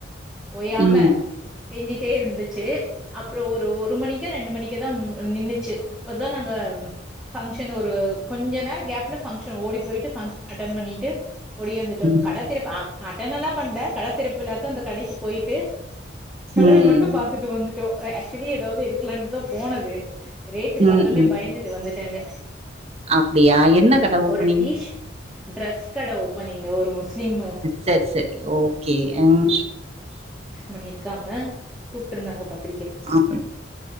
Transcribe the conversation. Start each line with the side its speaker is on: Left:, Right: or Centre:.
Centre: ஓயாம
Right: ம்
Centre: பேஞ்சிட்டே இருந்துச்சு அப்றோ ஒரு ஒரு மணிக்கே ரெண்டு மணிக்கேதா நின்னுச்சு அப்பதா நாங்க ஃபங்கஷன் ஒரு கொஞ்ச நேரோ கேப்ல ஃபங்க்ஷன ஓடி போயிட்டு ஃப்ஷன் அட்டன் பண்ணிட்டு ஒடியாந்துட்டோ
Right: ம்
Centre: கட திறப்பு அட்டனல்லா பண்ல கடைத்திறப்பு விழாக்கு அந்த கடைக்கு போயிட்டு கலைய
Right: ம்
Centre: மட்டு பாத்துட்டு வந்துட்டோ ஆக்சுவலி எதாவது எடுக்கலான்ட்டுதா போனது ரேட்டு
Right: ம்
Centre: பாத்தொன்னே
Right: ம்
Centre: பயந்துட்டு வந்துட்டேங்க
Right: அப்படியா என்ன கட ஓப்பனிங்
Centre: ஒரு டீஷ் ட்ரெஸ் கட ஓப்பனிங்கு ஒரு முஸ்லிம்மு
Right: செரி செரி ஓகே ம்
Centre: பண்ணி இருக்காங்க கூப்ட்டிருந்தாங்க பாத்து
Right: ஆஃப் பண்